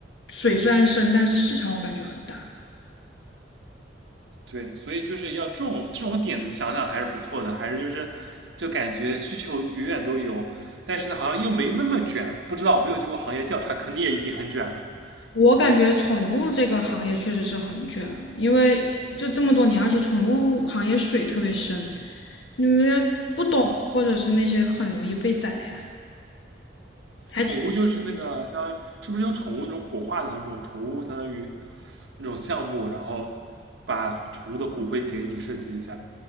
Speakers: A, on the left; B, on the right.
A: 水虽然深，但是市场我感觉很大。
B: 对，所以就是要这种这种点子想想还是不错的，还是就是就感觉需求永远都有，但是呢，好像又没那么卷，不知道没有经过行业调查，可能也已经很卷了。
A: 我感觉宠物这个行业确实是很卷了，
B: 嗯
A: 因为这这么多年，而且宠物行业水特别深，
B: 嗯
A: 你们不懂或者是那些很容易被宰呀、
B: 嗯。
A: 还挺。
B: 宠物就是那个相当于是不是有宠物那种火化的那种宠物，相当于那种项目，然后把宠物的骨灰给你设计一下。